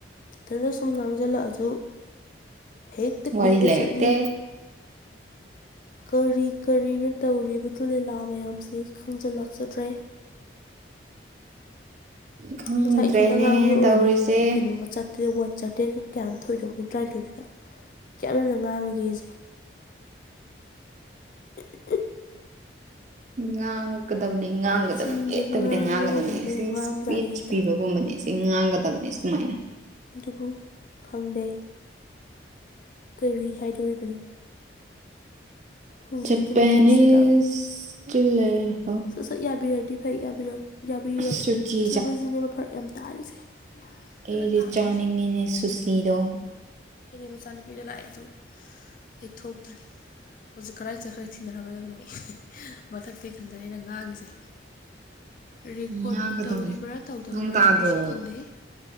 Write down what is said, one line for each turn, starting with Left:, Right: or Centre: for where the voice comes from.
Left: ꯏꯊꯟꯗ ꯁꯨꯝ ꯉꯥꯡꯁꯤꯜꯂꯛꯑꯁꯨ ꯍꯦꯛꯇ
Right: ꯋꯥꯔꯤ
Left: ꯀꯨꯏꯅ
Right: ꯂꯩꯔꯛꯇꯦ
Left: ꯆꯠꯂꯤ ꯀꯔꯤ ꯀꯔꯤꯅ ꯇꯧꯔꯤꯕ ꯂꯤꯂꯥ ꯃꯌꯥꯝꯁꯤ ꯈꯪꯖꯤꯜ ꯂꯥꯛꯆꯗ꯭ꯔꯦ
Right: ꯈꯪꯗ꯭ꯔꯦꯅꯦ
Left: ꯉꯁꯥꯏ ꯏꯊꯟꯗ ꯉꯥꯡꯕ ꯑꯣꯏꯔꯝꯅꯤ
Right: ꯇꯧꯔꯤꯁꯦ
Left: ꯃꯤꯅꯤꯠ ꯀꯩꯅꯣ ꯆꯠꯇꯦ ꯋꯥꯠ ꯆꯠꯇꯦꯒ ꯀꯌꯥ ꯊꯣꯛꯣꯏꯏꯗꯧ ꯃꯤꯠ ꯇꯔꯥꯅꯤꯊꯣꯏꯗꯨꯗ ꯀꯌꯥꯝ ꯌꯥꯝꯅ ꯉꯥꯡꯉꯒꯦ ꯑꯩꯁꯦ <unintelligible>
Right: ꯉꯥꯡ ꯀꯗꯕꯅꯤ ꯉꯥꯡꯒꯗꯕꯅꯤ
Left: ꯆꯤꯟꯁꯦ
Right: ꯂꯦꯞꯛꯇꯕꯤꯗ
Left: ꯉꯥꯡꯕ
Right: ꯉꯥꯡꯒꯗꯕꯅꯤ
Left: ꯍꯧꯕꯁꯤꯗ
Right: ꯁꯤ
Left: ꯌꯥꯝ ꯉꯥꯡꯕꯖꯥꯠꯅꯤ
Right: ꯏꯁꯄꯤꯆ
Left: ꯍꯦꯛꯇ
Right: ꯄꯤꯕꯒꯨꯝꯕꯅꯤ ꯉꯥꯡꯒꯗꯕꯅꯤ ꯁꯨꯃꯥꯏꯅ
Left: ꯑꯗꯨꯕꯨ ꯈꯪꯗꯦ ꯀꯔꯤ ꯍꯥꯏꯗꯣꯔꯤꯕꯅꯣ ꯍꯧꯖꯤꯛꯀꯤ
Right: ꯖꯄꯥꯅꯤꯁꯇꯤ
Left: ꯃꯇꯝꯁꯤꯗ
Right: ꯂꯩꯔꯦ ꯈꯪꯗꯦ
Left: ꯁꯛ ꯌꯥꯕꯤꯔꯗꯤ ꯐꯩꯔꯛ ꯌꯥꯕꯤꯔꯛꯇ꯭ꯔꯤꯕꯁꯤꯅꯦꯕ
Right: ꯁꯨꯆꯤ
Left: ꯐꯔꯛ ꯌꯥꯝ ꯇꯥꯔꯤꯁꯦ ꯑꯩꯅ
Right: ꯑꯩꯗꯤꯦ
Left: ꯇꯥꯛꯁꯤ
Right: ꯆꯥꯅꯤꯡꯅꯤꯅꯦ ꯁꯨꯁꯤꯗꯣ
Left: ꯑꯩꯣꯏꯒꯤ ꯃꯆꯥꯅꯨꯄꯤꯗꯣ ꯂꯥꯛꯑꯦꯁꯨ ꯍ ꯊꯣꯛꯇ꯭ꯔꯤ ꯍꯧꯖꯤꯛ ꯀꯔꯥꯏ ꯆꯠꯈ꯭ꯔ ꯊꯤꯅꯔꯝꯃꯗꯕꯅꯦ ꯑꯩ ꯃꯊꯛꯇꯒꯤꯊ ꯑꯗꯨꯗ ꯑꯩꯅ ꯉꯥꯡꯉꯤꯁꯦ ꯔꯦꯀꯣꯔꯠꯄꯨ
Right: ꯉꯥꯡꯒꯗꯕꯅꯦ
Left: ꯇꯧꯔꯤꯕ꯭ꯔꯥ ꯇꯧꯗꯕ꯭ꯔꯥ
Right: ꯅꯣꯡ ꯇꯥꯗ꯭ꯔꯣ
Left: ꯑꯗꯨꯁꯨ ꯈꯪꯗꯦ